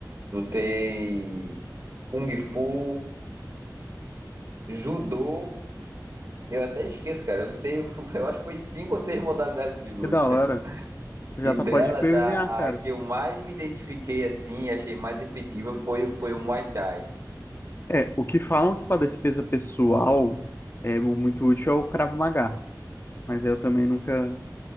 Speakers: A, on the right; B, on the left.
A: lutei kung fu, judô. Eu até esqueço, cara. Eu lutei, <laughs> eu acho que foi cinco ou seis modalidades de luta.
B: Que da hora. Já
A: E
B: tá
A: delas,
B: pode ir pro MMA,
A: a,
B: cara.
A: a que eu mais me identifiquei assim e achei mais efetiva foi, o- foi o Muay Thai.
B: É, o que falam que pra defesa pessoal é o muito útil é o Krav Maga, mas eu também nunca